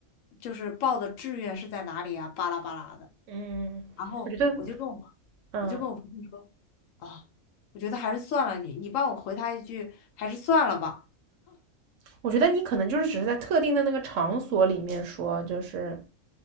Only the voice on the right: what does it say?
嗯，
我觉得，嗯，
我觉得你可能就是只是在特定的那个场所里面说，就是